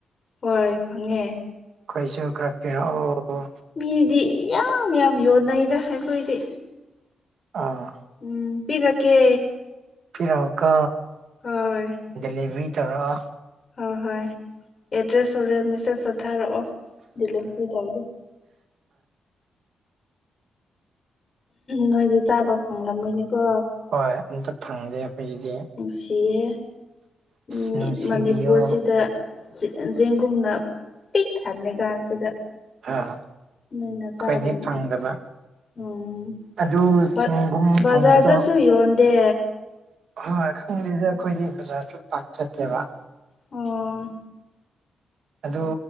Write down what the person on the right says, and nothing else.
ꯑꯈꯣꯏꯁꯨ ꯈꯔ ꯄꯤꯔꯛꯑꯣ
ꯑꯥꯎ
ꯄꯤꯔꯣ ꯀꯣ
ꯗꯦꯂꯤꯚꯔꯤ ꯇꯧꯔꯛꯑꯣ
ꯍꯣꯏ ꯑꯝꯇ ꯐꯪꯗꯦ ꯑꯩꯈꯣꯏꯒꯤꯗꯤ
ꯑꯁ
ꯅꯨꯡꯁꯤꯕꯤꯌꯣ
ꯑꯥ
ꯑꯥ ꯑꯩꯈꯏꯗꯤ
ꯐꯪꯗꯕ
ꯑꯗꯨ
ꯆꯤꯡꯒꯨꯝ
ꯊꯣꯡꯕꯗꯣ
ꯍꯣꯏ ꯈꯪꯗꯦꯗ ꯑꯩꯈꯣꯏꯗꯤ ꯕꯖꯥꯔꯁꯨ ꯄꯥꯛ ꯆꯠꯇꯦꯕ
ꯑꯗꯨ